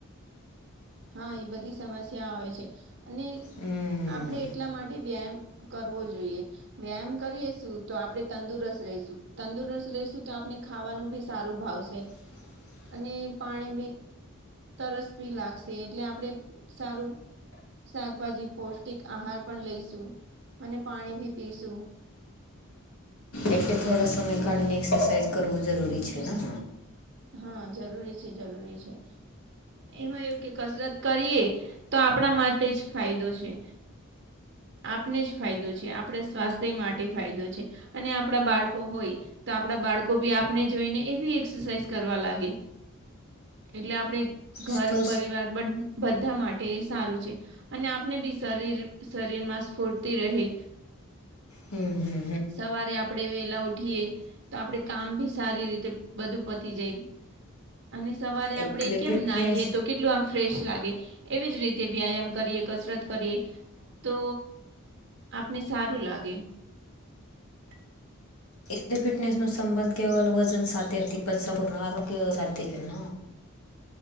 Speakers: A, on the right; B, on the left.
A: હા એ બધી સમસ્યા હોય છે અને
B: હમ
A: આપણે એટલા માટે વ્યાયામ કરવો જોઈએ. વ્યાયામ કરીએશું તો આપડે તંદુરસ્ત રહીશું તંદુરસ્ત રહીશું તો આપણે ખાવાનું બી સારું ભાવશે.
B: <inaudible>
A: અને પાણી ભી તરસ ભી લાગશે એટલે આપડે સારું શાકભાજી પૌષ્ટિક આહાર પણ લઈશું અને પાણી ભી પીશું.
B: એટલે થોડા સમય કાઢીને એક્સરસાઇઝ કરવું જરૂરી છે ને?
A: હા જરૂરી છે, જરૂરી છે. એમાં એવું કે કસરત કરીએ તો આપણા માતે જ ફાયદો છે, આપને જ ફાયદો છે. આપણે સ્ વાથ્ય માટે ફાયદો છે અને આપણા બાળકો હોય, તો આપણા બાળ કો બી આપને જોઈને એ બી એક્સરસાઇઝ કરવા લાગે. એટલે આપડે ઘર
B: સો
A: પરિવાર બ બધા મા ટે સારું છે અને આપણે બી શરીર શરીરમાં સ્ફૂર્તિ રહે.
B: હમ્મ હમ્મ.
A: સવારે આપણે વેલા ઉઠીએ તો આપડે કામ બી સારી રીતે બધું પતી જાય. અને સવારે
B: એટલે
A: આપડે કેમ
B: ફિટનેસ
A: નાઈએ તો કેટલું આમ ફ્રેશ લાગે. એવી જ રીતે વ્યાયામ કરીએ, કસરત કરીએ તો, આપને સારું લાગે.
B: એટલે ફિટનેસ નો સંબંધ કેવલ વજન સાથે નતી પણ સંપૂર્ણ આરોગ્ય સાથે છે ન?